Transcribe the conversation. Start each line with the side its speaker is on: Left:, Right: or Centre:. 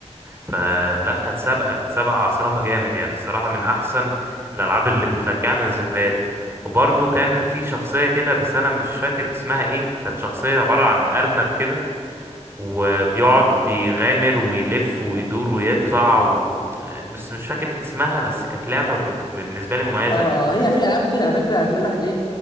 Right: فلا كانت سابقه كانت سابقه عصرها جامد يعني الصراحه من احسن الالعاب اللي بترجعني لذكرياتي وبرضه كان في شخصيه كده بس انا مش فاكر اسمها ايه كانت شخصيه عباره عن ارنب كده وبيقعد يغامر ويلف ويدور ويطلع و... بس مش فاكر اسمها بس كانت لعبة بج- بالنسبة لي مميزة
Left: اه
Right: أوي.
Left: آه، هي في العاب كتير على فكره هتلاقي الواحد ايه